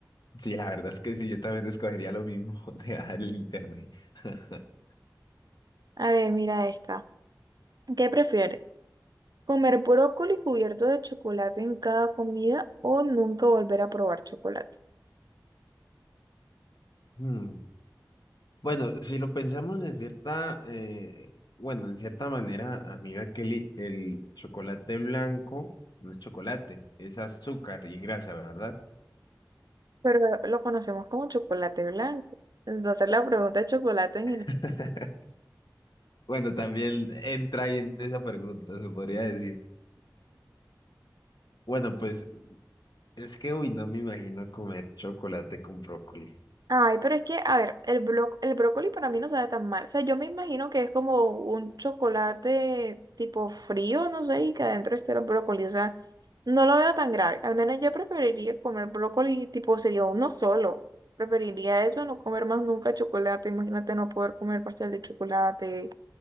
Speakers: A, on the left (about 70°); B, on the right (about 65°).
A: Sí, la verdad es que sí, yo también escogería lo mismo, <laughs> dejar el internet. <laughs>
B: A ver, mira esta. ¿Qué prefieres? ¿Comer brócoli cubierto de chocolate en cada comida o nunca volver a probar chocolate?
A: Hmm. Bueno, si lo pensamos en cierta, eh, bueno, en cierta manera, amiga Kelly, el chocolate blanco no es chocolate, es azúcar y grasa, ¿verdad?
B: Pero lo conocemos como chocolate blanco. Entonces la pregunta es chocolate en general.
A: <laughs> Bueno, también entra ahí en esa pregunta, se podría decir. Bueno, pues es que, uy, no me imagino comer chocolate con brócoli.
B: Ay, pero es que, a ver, el blo- el brócoli para mí no sabe tan mal. O sea, yo me imagino que es como un chocolate tipo frío, no sé, y que adentro esté el brócoli. O sea, no lo veo tan grave. Al menos yo preferiría comer brócoli tipo sería uno solo. Preferiría eso, no comer más nunca chocolate. Imagínate no poder comer pastel de chocolate